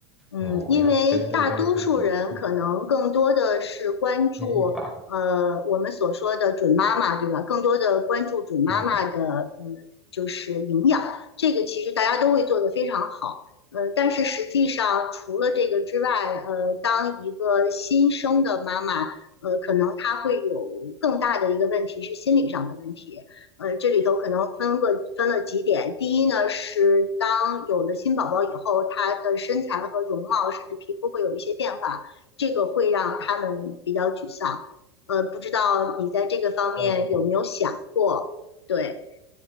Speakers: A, on the left (about 80°); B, in the centre.
A: 嗯，
B: 哦，
A: 因为大多数人可能更多的是关注呃我们所说的准妈妈，
B: 要针对这个身体做先预防。
A: 对吧？更多的关注准妈妈的嗯就是营养，
B: 嗯，
A: 这个其实大家都会做得非常好。呃，但是实际上除了这个之外，呃，当一个新生的妈妈，呃，可能她会有更大的一个问题是心理上的问题。呃，这里头可能分个分了几点。第一呢，是当有了新宝宝以后，他的身材和容貌，甚至皮肤会有一些变化，这个会让他们比较沮丧。呃，不知道你在这个方面有没有想过？
B: 哦，
A: 对，